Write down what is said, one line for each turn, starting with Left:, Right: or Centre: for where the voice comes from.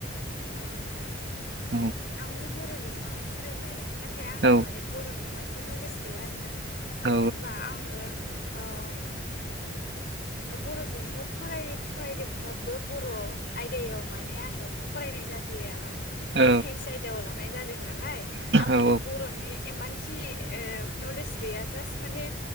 Left: औ नोंथां
Right: औ
Left: आंबो बर' बिजोङावनो फरायनाय नाथाय आंनाव
Right: औ
Left: माने बर'नि मानि मानि नलेज गैया आरो ना। मानो
Right: औ
Left: होनबा आङो ओ बर' बिजोङाव फरायो फरायदोंबाबो बर' आयदायाव माने आङो फरायनाय जादिया माने
Right: औ
Left: साइन्स आयदायाव लानाय जादों नालाय आं
Right: औ
Left: माने बर'नि एमानखि ए नलेस गैया जास्ट माने